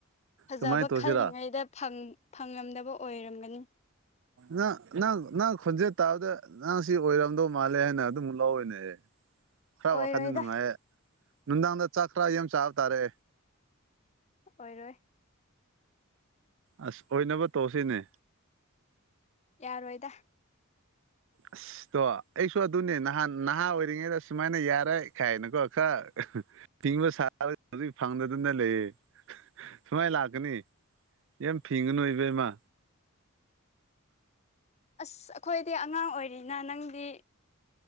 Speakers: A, on the left; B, on the right.
A: ꯐꯖꯕ
B: ꯀꯃꯥꯏꯅ ꯇꯧꯁꯤꯔꯥ
A: ꯈꯜꯂꯤꯉꯩꯗ ꯐꯪ ꯐꯪꯉꯝꯗꯕ ꯑꯣꯏꯔꯝꯒꯅꯤ
B: ꯅ ꯅꯪ ꯅꯪ ꯈꯣꯟꯖꯦꯟ ꯇꯥꯕꯗ ꯅꯪ ꯁꯤ ꯑꯣꯏꯔꯝꯗꯧ ꯃꯥꯜꯂꯦ ꯍꯥꯏꯅ ꯑꯗꯨꯝ ꯂꯧꯋꯦꯅꯦꯍꯦ ꯈꯔ
A: ꯑꯣꯏꯔꯣꯏꯗ
B: ꯋꯥꯈꯥꯟꯗꯤ ꯅꯨꯡꯉꯥꯏꯌꯦ ꯅꯨꯡꯗꯥꯡꯗ ꯆꯥꯛ ꯇꯔꯥ ꯌꯥꯝ ꯆꯥꯕ ꯇꯥꯔꯦ
A: ꯑꯣꯏꯔꯣꯏ
B: ꯑꯁ ꯑꯣꯏꯅꯕ ꯇꯧꯁꯤꯅꯦ
A: ꯌꯥꯔꯣꯏꯗ
B: ꯑꯁ ꯇꯣ ꯑꯩꯁꯨ ꯑꯗꯨꯅꯦ ꯅꯍꯥꯟ ꯅꯍꯥ ꯑꯣꯏꯔꯤꯉꯩꯗ ꯁꯨꯃꯥꯏꯅ ꯌꯥꯔꯣꯏ ꯀꯥꯏꯅꯒ ꯀꯣ ꯈꯔ ꯐꯤꯡꯕ ꯁꯥꯔ ꯑꯗꯨꯏ ꯐꯪꯗꯗꯅ ꯂꯩꯌꯦ ꯁꯨꯃꯥꯏ ꯂꯥꯛꯀꯅꯤ ꯌꯥꯝ ꯐꯤꯡꯒꯅꯨ ꯏꯕꯦꯝꯃꯥ
A: ꯑꯁ ꯑꯩꯈꯣꯏꯗꯤ ꯑꯉꯥꯡ ꯑꯣꯏꯔꯤꯅ ꯅꯪꯗꯤ